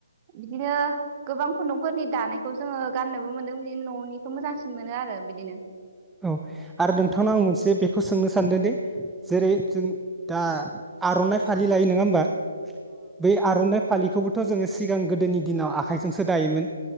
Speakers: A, on the right; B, in the centre.
A: बिदिनो गोबां खुन्दुंफोरनि दानायखौ जोङो गाननोबो मोनदों बिदिनो न'निखौ मोजांसिन मोनो आरो बिदिनो
B: औ आरो नोंथांआव आं मोनसे बेखौ सोंनो सानदोंदि जेरै जों दा आर'नाइ फालि लायो नङा होमबा बै आर'नाइ फालिखौबो थ' जोङो सिगां गोदोनि दिनाव आखाइजोंसो दायोमोन।